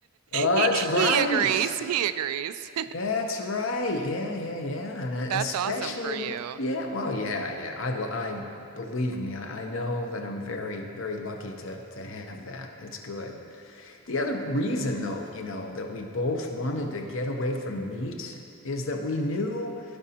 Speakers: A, on the left; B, on the right.
A: Oh,
B: He
A: that's right.
B: he agrees. He agrees.
A: That's right. Yeah, yeah, yeah.
B: <laughs>
A: And uh,
B: That's
A: especially
B: awesome for you.
A: with, yeah, well, yeah, yeah. I, l- I believe me, I, I know that I'm very, very lucky to to have that. It's good. The other reason, though, you know, that we both wanted to get away from meat is that we knew